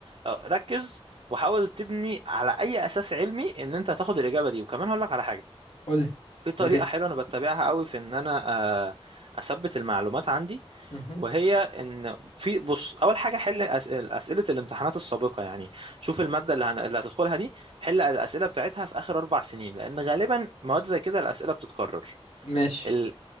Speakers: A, on the right; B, on the left.
A: آه، ركز وحاول تبني على اي اساس علمي ان انت هتاخد الاجابه دي وكمان هقول لك على حاجه
B: قول لي
A: في طريقه
B: يا ريت
A: حلوه انا بتبعها قوي في ان انا آه، اثبت المعلومات عندي
B: مهم.
A: وهي ان في بص اول حاجه حل أس- اسئله الامتحانات السابقه يعني شوف الماده اللي هن- اللي هتدخلها دي حل الاسئله بتاعتها في اخر اربع سنين لان غالبا مواد زي كده الاسئله بتتكرر
B: ماشي
A: ال...